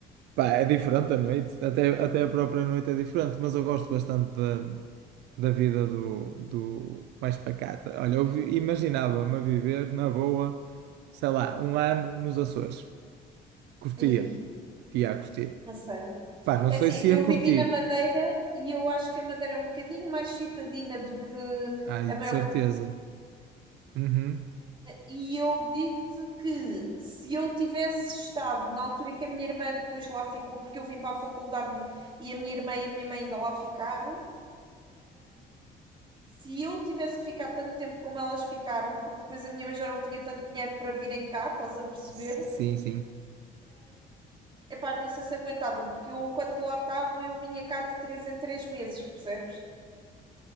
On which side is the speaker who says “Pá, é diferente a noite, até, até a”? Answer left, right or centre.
Right